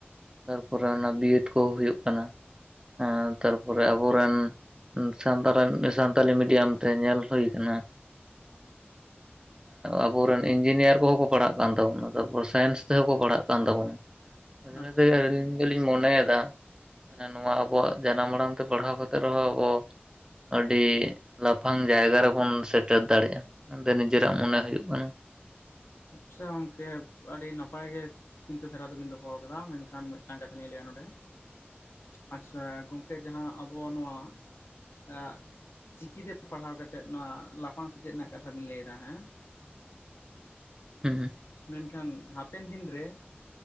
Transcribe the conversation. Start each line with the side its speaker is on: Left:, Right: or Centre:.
Right: ᱛᱟᱨᱯᱚᱨᱮ ᱚᱱᱟ ᱵᱤᱴ ᱠᱚ ᱦᱩᱭᱩᱜ ᱠᱟᱱᱟ ᱦᱮᱸ ᱛᱟᱨᱯᱚᱨᱮ ᱟᱵᱚᱨᱮᱱ ᱥᱟᱱᱛᱟᱲ ᱥᱟᱱᱛᱟᱞᱤ ᱢᱤᱰᱤᱭᱟᱢ ᱛᱮ ᱧᱮᱞ ᱦᱩᱭ ᱠᱟᱱᱟ ᱟᱵᱩᱨᱮᱱ ᱤᱧᱡᱤᱱᱤᱭᱟᱨ ᱠᱚᱦᱚᱸ ᱠᱚ ᱯᱟᱲᱦᱟᱜ ᱠᱟᱱ ᱛᱟᱵᱚᱱᱟ ᱛᱟᱨᱯᱚᱨ ᱥᱟᱭᱮᱱᱥ ᱛᱮᱦᱚᱸᱠᱚ ᱯᱟᱲᱦᱟᱜ ᱠᱟᱱ ᱛᱟᱵᱚᱱᱟ ᱚᱱᱟ
Left: ᱟᱪᱪᱷᱟ
Right: ᱛᱮ
Left: ᱜᱚᱢᱠᱮ
Right: ᱟᱹᱞᱤᱧ ᱫᱚᱞᱤᱧ ᱢᱚᱱᱮᱭᱮᱫᱟ ᱢᱟᱱᱮ ᱱᱚᱣᱟ ᱟᱵᱚᱣᱟᱜ ᱡᱟᱱᱟᱢ ᱟᱲᱟᱝ ᱛᱮ ᱯᱟᱲᱦᱟᱣ ᱠᱟᱛᱮᱜ ᱨᱮᱦᱚᱸ ᱟᱵᱚ ᱟᱹᱰᱤ ᱞᱟᱯᱷᱟᱝ ᱡᱟᱭᱜᱟ ᱨᱮᱵᱚᱱ ᱥᱮᱴᱮᱨ ᱫᱟᱲᱮᱭᱟᱜ-ᱟ ᱚᱸᱰᱮ ᱱᱤᱡᱮᱨᱟᱜ ᱢᱚᱱᱮ ᱦᱩᱭᱩᱜ ᱠᱟᱱᱟ
Left: ᱟᱪᱪᱷᱟ ᱜᱚᱝᱠᱮ ᱟᱹᱰᱤ ᱱᱟᱯᱟᱭ ᱜᱮ ᱪᱤᱱᱛᱟᱹ ᱫᱷᱟᱨᱟ ᱫᱚᱵᱤᱱ ᱫᱚᱦᱚ ᱟᱠᱟᱫᱟ ᱢᱮᱱᱠᱷᱟᱱ ᱢᱤᱫᱴᱟᱝ ᱠᱟᱛᱷᱟ ᱞᱤᱧ ᱞᱟᱹᱭᱟ ᱱᱚᱸᱰᱮ
Right: <inaudible>
Left: ᱟᱪᱪᱷᱟ ᱜᱚᱝᱠᱮ ᱡᱟᱦᱟᱸ ᱟᱵᱚᱣᱟᱜ ᱱᱚᱣᱟ ᱟᱜ ᱪᱤᱠᱤᱛᱮ ᱯᱟᱲᱦᱟᱣ ᱠᱟᱛᱮᱫ ᱱᱚᱣᱟ ᱞᱟᱯᱷᱟᱝ ᱥᱮᱪᱮᱫ ᱨᱮᱱᱟᱜ ᱠᱟᱛᱷᱟ ᱵᱤᱱ ᱞᱟᱹᱭ ᱫᱟ ᱦᱮᱸ
Right: ᱦᱩᱸ ᱦᱩᱸ
Left: ᱢᱮᱱᱠᱷᱟᱱ ᱦᱟᱯᱮᱱ ᱫᱤᱱ ᱨᱮ